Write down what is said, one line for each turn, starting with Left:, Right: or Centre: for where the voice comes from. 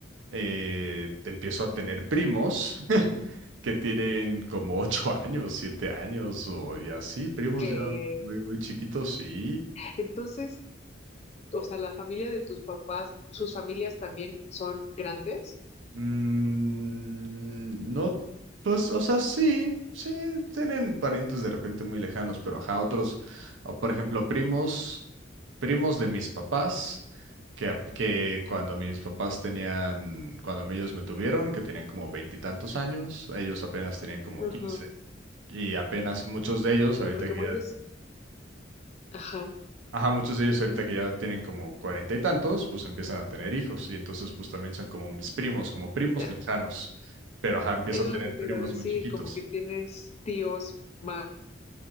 Right: eh, te empiezo a tener primos <laughs> que tienen como ocho años, siete años, o y así, primos
Left: que
Right: ya muy, muy chiquitos, sí.
Left: entonces, o sea, la familia de tus papás, sus familias también son grandes.
Right: Mm, no, pues, o sea, sí, sí, tienen parientes de repente muy lejanos, pero ajá, otros, o por ejemplo, primos, primos de mis papás, que, ap- que cuando mis papás tenían, cuando ellos me tuvieron, que tenían como veintitantos años, ellos apenas tenían como
Left: Ajá.
Right: quince. Y apenas muchos de ellos, ahorita
Left: A lo que
Right: que
Left: voy
Right: ya
Left: es, ajá,
Right: Ajá, muchos de ellos ahorita que ya tienen como cuarenta y tantos, pues empiezan a tener hijos y entonces pues también son como mis primos, como primos
Left: ya.
Right: lejanos, pero ajá, empiezo
Left: Eso
Right: a tener
Left: es lo que te
Right: primos
Left: iba a decir,
Right: muy chiquitos.
Left: como que tienes tíos más